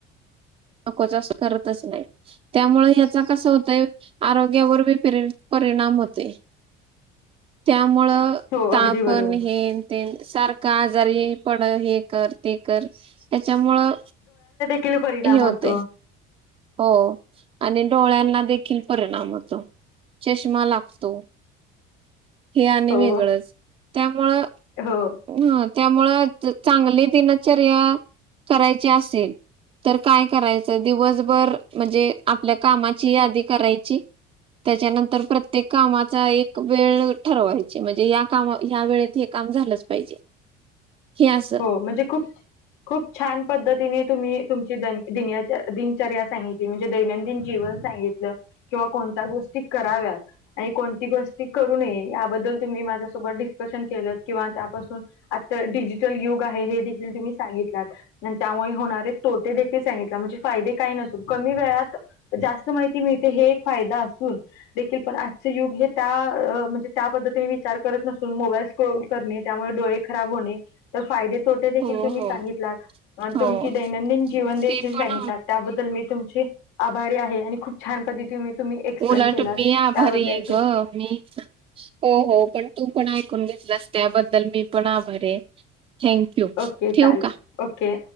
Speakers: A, on the right; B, on the left.
A: नकोच असतो करतच नाही त्यामुळे याचा कस होतय आरोग्यावर बी पिरि परिणाम होतंय त्यामुळ
B: हो
A: ताप
B: अगदी बरोबर
A: पण हे ते सारख आजार पड हे कर ते कर त्याच्यामुळं
B: केल परिणाम
A: हे होतंय
B: होतो,
A: हो आणि डोळ्यांना देखील परिणाम होतो चष्मा लागतो, हे आणि
B: हो
A: वेगळंच, त्यामुळं
B: हो
A: ह त्यामुळं चांगली दिनचर्या करायची असेल तर काय करायचं दिवसभर म्हणजे आपल्या कामाची यादी करायची त्याच्यानंतर प्रत्येक कामाचा एक वेळ वय म्हणजे या कामात या वेळेत हे काम झालंच पाहिजे हे असं
B: हो म्हणजे खूप खूप छान पद्धतीने तुम्ही तुमची दै दि दिनचर्या सांगितली म्हणजे दैनंदिन जीवन सांगितलं किंवा कोणत्या गोष्टी कराव्यात आणि कोणती गोष्टी करू नये याबद्दल तुम्ही माझ्यासोबत डिस्कशन केलं किंवा त्यापासून आ तर डिजिट डिजिटल युग आहे हे देखील तुम्ही सांगितलात त्यामुळे होणारे तोटे देखील सांगितलात म्हणजे फायदे काय नाही कमी वेळात जास्त माहिती मिळते हे एक फायदा असूनदेखील पण आजच युग हे त्या म्हणजे त्या पद्धतीने विचार करत नसून मोबाईल स्क्रल करणे त्यामुळे डोळे खराब होणे तर फायदे तोटे देखील
A: हो
B: तुम्ही
A: हो
B: सांगितलात आणि
A: हो
B: तुमची दैनंदिन जीवन देखील
A: ते पण
B: सांगितला त्याबद्दल मी तुमची आभारी आहे आणि खूप छान पद्धतीने तुम्ही एक्सप्लेन
A: उलट
B: केलात
A: मी आभारी
B: त्याबद्दल
A: आहे ग मी हो हो पण तू पण ऐकून घेतल त्याबद्दल मी पण आभारी आहे थँंक यू
B: ओके
A: ठेव
B: चालेल
A: का
B: ओके